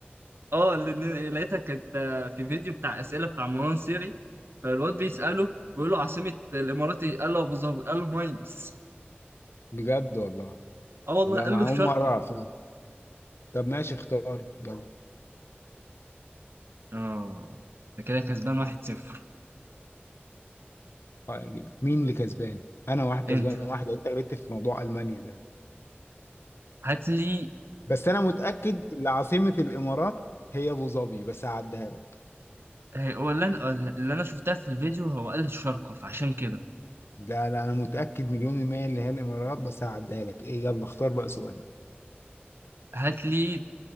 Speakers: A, on the right; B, on the left.
A: اه اللي لقيتها كانت آه، في فيديو بتاع اسئله بتاع مروان سيري فالواد بيساله
B: مم.
A: بيقول له عاصمه الامارات ايه؟ قال له ابو ظبي قال له ماينص
B: بجد والله
A: اه والله
B: لا
A: قال
B: ما
A: له الشارقه
B: أول مرة أعرف طب ماشي اختار يلا
A: اه ده كده كسبان 1-0
B: آه، مين اللي كسبان أنا واحد كسبان
A: انت
B: واحد أنت غلطت في موضوع ألمانيا ده
A: هات لي
B: بس أنا متأكد إن عاصمة الإمارات هي أبو ظبي بس هعديها لك
A: هي- هو اللي انا اللي انا شفتها في الفيديو هو قال الشارقة فعشان كده
B: لا لا أنا متأكد مليون المية اللي هي الإمارات بس هعديها لك إيه يلا اختار بقى سؤال
A: هات لي